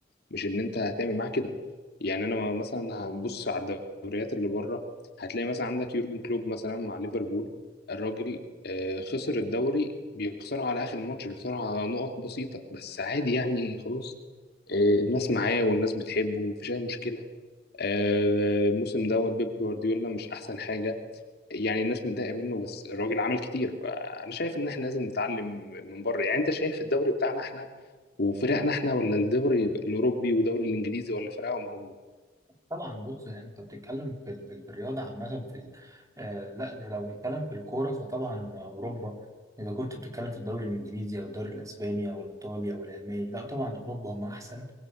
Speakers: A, on the left (about 60°); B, on the right (about 20°).
A: مش إن أنت هتعمل معاه كده يعني أنا مثلا هنبص على الدوريات اللي بره هتلاقي مثلا عندك يورجن كلوب مثلا مع ليفربول الراجل آه، خسر الدوري بيخسره على آخر ماتش بيخسره على نقط بسيطة بس عادي يعني خلاص آه، الناس معاه والناس بتحبه ومفيش أي مشكلة آه، الموسم دوت بيب جوارديولا مش أحسن حاجة يعني الناس متضايقه منه بس الراجل عمل كتير فانا شايف ان احنا لازم نتعلم من بره يعني انت شايف الدوري بتاعنا احنا وفرقنا احنا ولا الدوري الاوروبي والدوري الانجليزي ولا فرقهم هم
B: طبعا بص أنت بتتكلم في ال- في ال- في الرياضة عامة في ال- آه لا ده لو بنتكلم في الكورة فطبعا أوروبا إذا كنت بتتكلم في الدوري الإنجليزي أو الدوري الأسباني أو الإيطالي أو الألماني لا طبعا أوروبا هم أحسن